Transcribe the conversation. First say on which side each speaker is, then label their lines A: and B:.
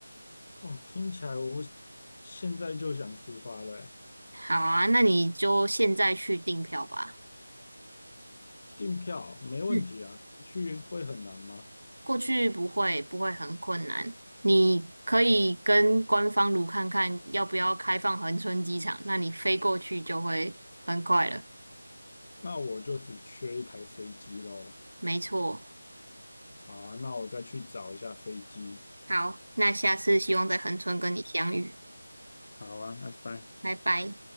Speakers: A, on the left; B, on the right.
A: 哦，听起来我现在就想出发了欸、
B: 好啊，那你就现在去订票吧。
A: 订票没问题啊，
B: 嗯，
A: 不去会很难吗？
B: 过去不会不会很困难，你可以跟官方如看看要不要开放恒春机场，那你飞过去就会很快了。
A: 那我就只缺一台飞机喽。
B: 没错，
A: 好啊，那我再去找一下飞机。
B: 好，那下次希望在恒春跟你相遇，
A: 好啊，拜拜。
B: 拜拜。